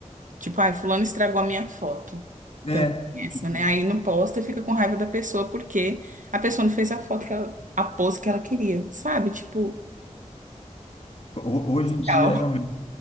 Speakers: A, on the right; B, on the left.
A: Tipo, ai, fulano estragou a minha foto. Também
B: É,
A: tem essa,
B: tipo,
A: né? Aí não posta e fica com raiva da pessoa porque a pessoa não fez a foto que ela, a pose que ela queria, sabe? Tipo,
B: Ho- Hoje em dia,
A: tal <laughs>
B: realmente,